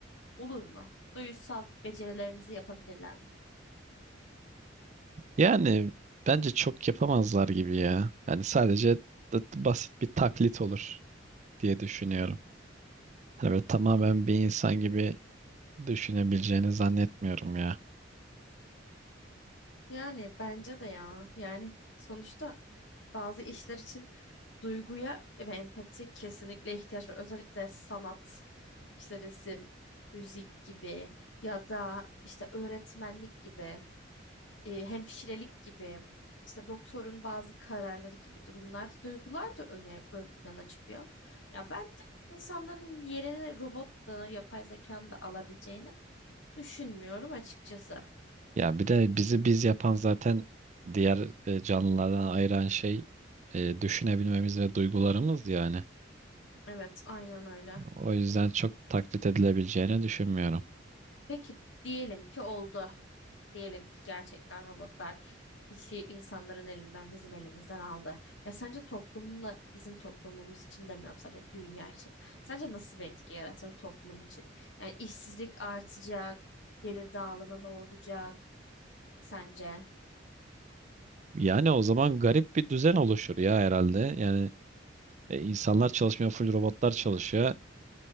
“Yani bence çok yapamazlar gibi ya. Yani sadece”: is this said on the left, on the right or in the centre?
Right